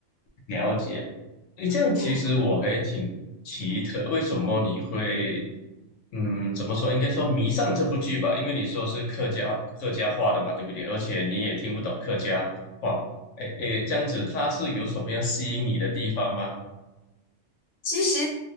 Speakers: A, on the left; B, on the left.
A: 了解。哎，这样其实我还挺奇特，
B: 嗯，
A: 为什么你会嗯，怎么说？应该说迷上这部剧吧，因为你说是客家客家话的嘛，对不对？而且你也听不懂客家话，哎哎，这样子它是有什么样吸引你的地方吗？<laughs>
B: 其实